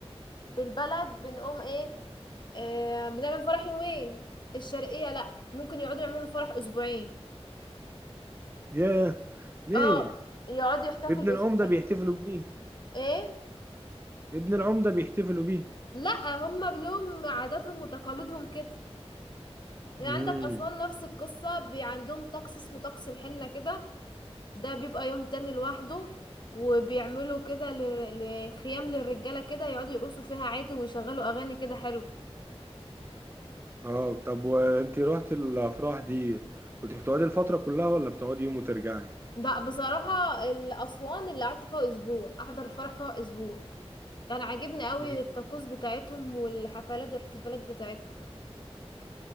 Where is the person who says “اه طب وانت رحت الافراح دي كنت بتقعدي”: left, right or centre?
Right